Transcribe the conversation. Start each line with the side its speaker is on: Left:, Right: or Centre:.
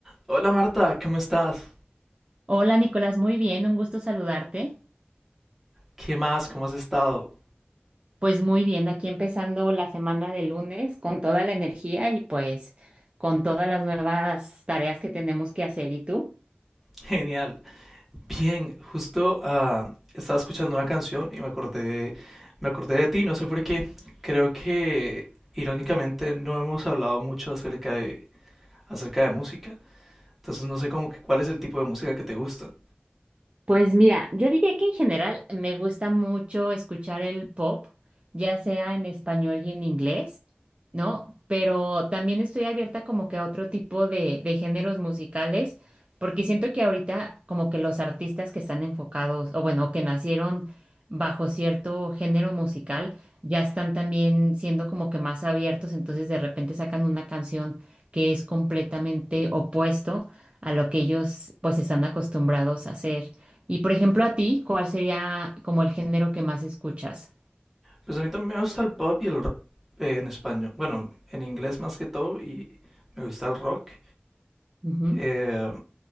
Centre: Hola Marta, ¿cómo estás?
Right: Hola Nicolás, muy bien, un gusto saludarte.
Centre: ¿Qué más? ¿Cómo has estado?
Right: Pues muy bien, aquí empezando la semana de lunes con toda la energía y pues con todas las nuevas tareas que tenemos que hacer. ¿Y tú?
Centre: Genial. Bien, justo ah, estaba escuchando una canción y me acordé, me acordé de ti, no sé por qué. Creo que irónicamente no hemos hablado mucho acerca de, acerca de música. Entonces no sé como que cuál es el tipo de música que te gusta.
Right: Pues mira, yo diría que en general me gusta mucho escuchar el pop, ya sea en español y en inglés, ¿no? Pero también estoy abierta como que a otro tipo de, de géneros musicales, porque siento que ahorita como que los artistas que están enfocados, o bueno, que nacieron bajo cierto género musical, ya están también siendo como que más abiertos, entonces de repente sacan una canción que es completamente opuesto a lo que ellos pues están acostumbrados a hacer. Y por ejemplo, a ti, ¿cuál sería como el género que más escuchas?
Centre: Pues a mí también me gusta el pop y el rock en español. Bueno, en inglés más que todo y me gusta el rock.
Right: Ujú.
Centre: Eh,